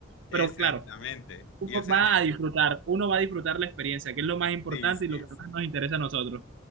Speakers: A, on the left (about 80°); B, on the right (about 75°).
A: Exactamente.
B: Pero claro uno
A: Y o sea,
B: va
A: de-
B: a disfrutar, uno va a disfrutar la experiencia, que es lo más importante
A: sí, sí,
B: y lo que
A: sí.
B: más nos interesa a nosotros.